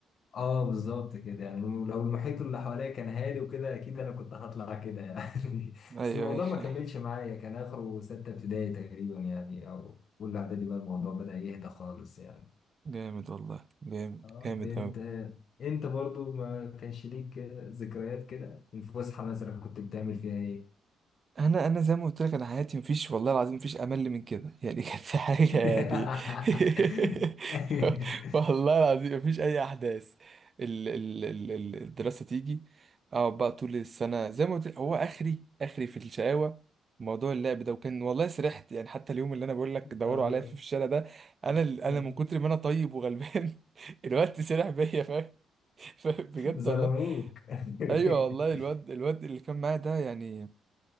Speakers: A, on the left; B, on the right.
A: اه بالظبط كده يعني لو المحيط اللي حواليا كان هادي وكده اكيد انا كنت هطلع كده يعني <laughs>
B: ايوه
A: بس الموضوع
B: ايوه
A: ما كملش
B: أيوة.
A: معايا كان اخره ستة ابتدائي تقريبا يعني او اولى اعدادي بقى الموضوع بدأ يهدى خالص يعني
B: جامد والله جامد
A: اه
B: جامد
A: انت
B: اوي
A: انت برضو ما كانش ليك ذكريات كده الفسحة مثلا كنت بتعمل فيها ايه
B: انا انا زي ما قلت لك انا حياتي مفيش والله العظيم مفيش امل من كده يعني <laughs> كان في حاجه
A: <laughs>
B: يعني <laughs> والله العظيم مفيش اي احداث ال ال ال ال- الدراسه تيجي اقعد بقى طول السنه زي ما قلت لك هو اخري اخري في الشقاوه موضوع اللعب ده وكان والله سرحت يعني حتى اليوم اللي انا بقول لك دوروا
A: آه.
B: عليا فيه في الشارع ده انا انا
A: <laughs>
B: من كتر ما انا طيب وغلبان <laughs> الوقت سرح بيا فاهم <laughs> فاهم؟ بجد
A: ظلموك
B: والله
A: <laughs>
B: ايوه والله الواد الواد اللي كان معايا ده يعني